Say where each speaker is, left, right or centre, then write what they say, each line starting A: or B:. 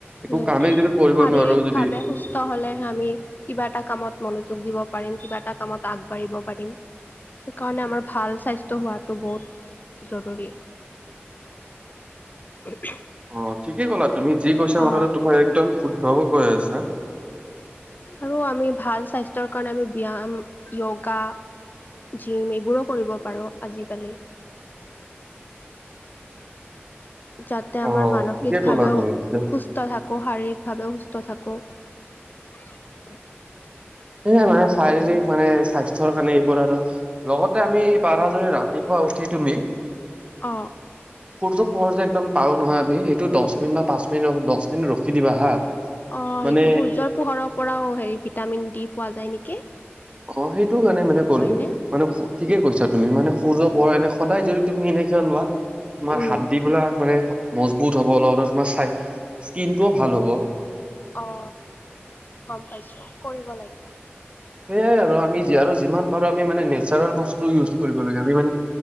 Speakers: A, on the left; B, on the right.
A: সেইটোৱে
B: একো কামেই যদি কৰিব
A: শাৰীৰিকভাৱে
B: নোৱাৰো যদি-
A: সুস্থ হলেহে আমি কিবা এটা কামত মনোযোগ দিব পাৰিম, কিবা এটা কামত আগবাঢ়িব পাৰিম। সেইকাৰণে আমাৰ ভাল স্বাস্থ্য হোৱাটো বহুত, জৰুৰী। <unintelligible>
B: অ' ঠিকে ক'লা তুমি। যি কৈছা
A: অ'
B: কথাটো তোমাৰ একদম শুদ্ধকে কৈ আছা।
A: আৰু আমি ভাল স্বাস্থ্যৰ কাৰণে আমি ব্যায়াম, য়োগা। জিম এইবোৰো কৰিব পাৰোঁ আজিকালি। যাতে আমাৰ
B: অ
A: মানসিকভাৱেও
B: ঠিকে ক'লা তুমি
A: সুস্থ
B: পিছে
A: সুস্থ থাকোঁ, শাৰীৰিকভাৱেও সুস্থ থাকোঁ।
B: <unintelligible> শাৰীৰিক মানে স্বাস্থ্যৰ কাৰণে এইবোৰ আৰু, লগতে আমি, পাৰা যদি ৰাতিপুৱা উঠি তুমি।
A: অ'।
B: সূৰ্য পোহৰ যে একদম পাও নহয় আমি! সেইটোত দহ মিনিট বা পাঁচ মিনিট, দহ মিনিট ৰখি দিবা হা।
A: অ'
B: মানে
A: সেইটো সূৰ্যৰ পোহৰৰ পৰাও হেৰি ভিটামিন-ডি পোৱা যায় নেকি?
B: অ' সেইটো কাৰণে মানে ক'লো।
A: হয়নে?
B: মানে ঠিকে কৈছা তুমি। মানে সূৰ্য পোহৰ এনে সদায় যদি তুমি এনেকে লোৱা। তোমাৰ
A: উম
B: হাৰ্ডিবিলাক মানে মজবুত হ'ব, লগতে তোমাৰ চাই স্কিনটোও ভাল হ'ব।
A: অ' গম পাইছো, কৰিব লাগিব।
B: সেয়াই আৰু। আমি আৰু যিমান পাৰো আমি মানে নেচাৰেল বস্তু ইউজ কৰিব লাগে। আমি মানে,